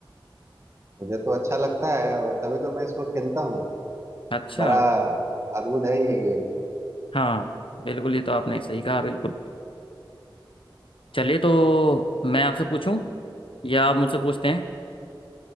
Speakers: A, on the right (about 35°); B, on the left (about 85°).
A: मुझे तो अच्छा लगता है और तभी तो मैं इसको खेलता हूँ
B: अच्छा
A: बड़ा अद्भुत है ये गेम
B: हाँ बिल्कुल ये तो आपने सही कहा बिल्कुल चलिए तो मैं आपसे पूछूं या आप मुझसे पूछते हैं